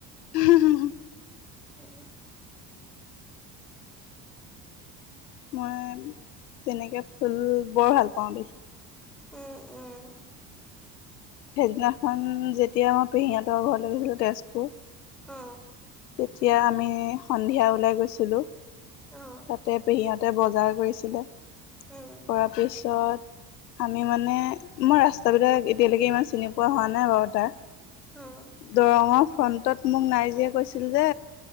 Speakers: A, on the left; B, in the centre.
A: উম হু হু।
B: উম।
A: মই তেনেকে ফুল বৰ ভাল পাওঁ দেখি।
B: ওম ওম।
A: সেইদিনাখন যেতিয়া মই পেহীহঁতৰ ঘৰলৈ গৈছিলোঁ তেজপুৰ।
B: অ।
A: তেতিয়া আমি সন্ধিয়া ওলাই গৈছিলোঁ
B: অ',
A: তাতে পেহীহঁতৰ। তাতে বজাৰ কৰিছিলে
B: উম,
A: কৰা পিছত। তাত, আমি মানে মই ৰাস্তাবিলাক এতিয়ালো চিনি পোৱা হোৱা নাই বাৰু তাৰ।
B: অ',
A: দৰং অ', ফ্ৰণ্টত মোক নাৰ্জীয়ে কৈছিল যে